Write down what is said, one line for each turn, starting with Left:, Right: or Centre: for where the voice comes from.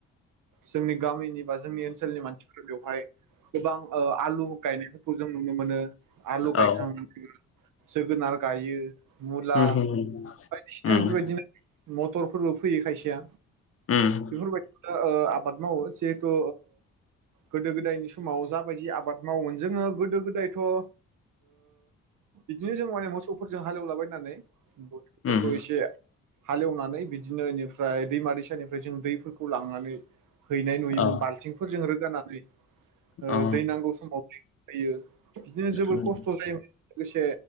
Right: जोंनि गामिनि बा जोंनि ओनसोलनि मानसिफोरा बेवहाय गोबां ओ आलु गायनायफोरखौ जों नुनो मोनो आलु गायखां
Left: औ
Right: जोगोनार गायो मुला
Left: उम उम
Right: बायदिसिना
Left: उम
Right: बेफोरबायदिनो मटरफोरबो फैयो खायसेया
Left: उम
Right: बेफोरबायदि ओ आबाद मावो जिहेथु गोदो गोदायनि समाव जाबायदि आबाद मावोमोन जोङो गोदो गोदायथ' ओ बिदिनो जों माने मोसौफोरजों हालेवलाबायनानै ग फोथारखौ
Left: उम
Right: एसे हालेवनानै बिदिनो बेनिफ्राय दैमा दैसानिफ्राय जों दैफोरखौ लांनानै हैनाय नुयोमोन
Left: औ
Right: बाल्थिंफोरजों रोगानानानै ग ओ
Left: औ
Right: दै नांगौ समाव यो बिदिनो जोबोर
Left: उम
Right: खस्थ' जायोमोन लोगोसे